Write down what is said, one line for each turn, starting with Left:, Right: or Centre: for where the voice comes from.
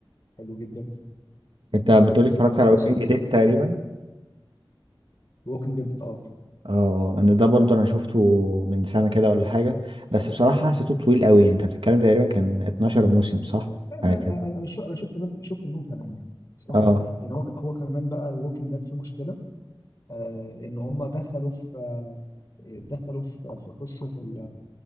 Left: حلو جدا
Right: انت بتقولي اتفرجت
Left: آه،
Right: على
Left: مسلسل
Right: ووكينج ديد تقريبا
Left: ووكينج ديد اه
Right: اه انا ده برضه انا شفته من سنه كده ولا حاجه بس بصراحه حسيته طويل قوي انت بتتكلم تقريبا كان 12 موسم صح
Left: لا انا
Right: حاجه كده
Left: انا انا شو- أنا شفت من شفت منهم ثمانيه بصراحه
Right: اه
Left: لان هو هو كمان بقى ووكينج ديد في مشكله آه ان هم دخلوا في آه دخلوا في في قصه ال-